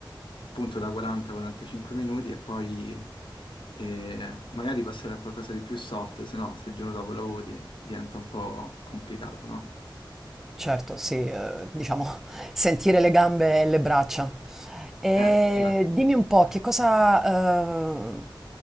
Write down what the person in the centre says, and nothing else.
Certo, sì, ehm, diciamo <laughs> sentire le gambe e le braccia. E
dimmi un po' che cosa, ehm,